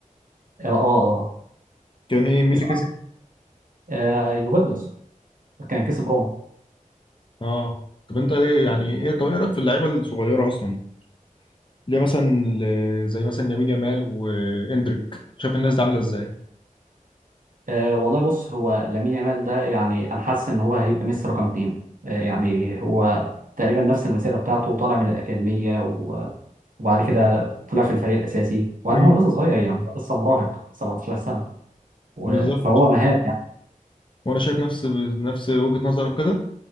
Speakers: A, on the right (about 75°); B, on the left (about 35°).
A: اه اه, آه.
B: كان ايه مين
A: بصراحه
B: اللي كسب؟
A: آه آه، يوفنتوس كان كسب روما
B: اه طب انت ايه يعني ايه طب ايه رايك في اللعيبه الصغيره اصلا؟ ليه مثلا ل- زي مثلا يمين يامال واندريك، شايف الناس دي عامله ازاي؟
A: أه والله بص هو لامين يامال ده يعني انا حاسس ان هو هيبقى ميسي رقم اتنين أه يعني هو تقريبا نفس المسيره بتاعته طالع من الاكاديميه و- وبعد كده طلع في الفريق الاساسي وبعدين
B: امم
A: هو لسه صغير يعني هو لسه مراهق 17 سنه و-
B: بالظبط
A: فهو مهاري يعني
B: وانا شايف نفس نفس وجهه نظرك كده